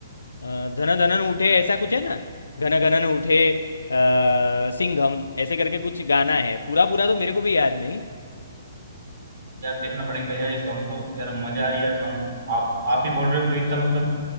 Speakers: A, on the left; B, on the right.
A: अ, धन धनन उठे ऐसा कुछ है ना घन घनन उठे अ, सिंघम ऐसे करके कुछ गाना है पूरा पूरा तो मेरे को भी याद नहीं
B: यार देखना पड़ेगा यार ये सॉन्ग तो यार मजा
A: हाँ
B: आ रही है यार सॉन्ग आप आप ही बोल रहे हो तो इतना मतलब